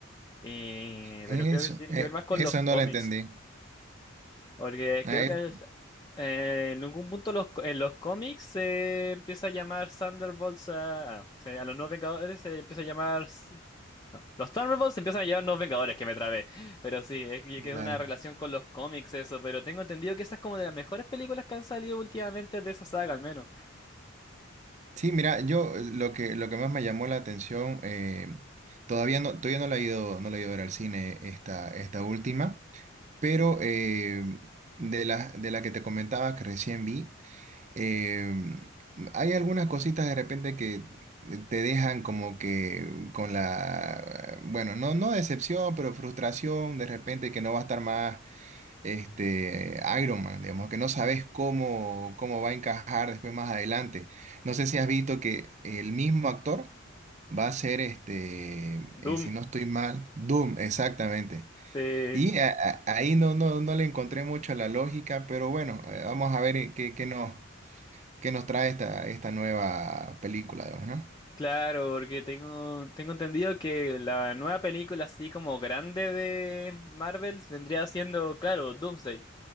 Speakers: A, on the left; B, on the right.
A: Eh,
B: Eso,
A: pero creo que eso tiene
B: eh,
A: que ver más con
B: eso
A: los cómics.
B: no lo entendí.
A: Porque
B: Ah,
A: creo
B: es-
A: que es- eh, en algún punto los, co- en los cómics se empieza a llamar Thunderbolts a, a- o sea, a los nuevos Vengadores se empieza a llamar... s- No, los Thunderbolts se empiezan a llamar nuevos Vengadores, que me trabé. Pero sí, es que
B: dale.
A: que es una relación con los cómics eso, pero tengo entendido que esa es como de las mejores películas que han salido últimamente de esa saga al menos.
B: Sí, mira, yo eh, lo que, lo que más me llamó la atención, eh, todavía no, todavía no la he ido, no la he ido a ver al cine esta, esta última, pero eh, de la, de la que te comentaba que recién vi. eh, hay algunas cositas de repente que te dejan como que con la, bueno, no, no decepción, pero frustración de repente que no va a estar más este Iron Man, digamos, que no sabes cómo, cómo va a encajar después más adelante. No sé si has visto que el mismo actor va a ser este,
A: Doom.
B: eh, si no estoy mal, Doom, exactamente.
A: Sí.
B: Y a- a- ahí no, no, no le encontré mucho la lógica, pero bueno, eh, vamos a ver eh, qué, qué nos, que nos trae esta, esta nueva película, digamos, ¿no?
A: Claro, porque tengo, tengo entendido que la nueva película así como grande de Marvel vendría siendo, claro, Doomsday.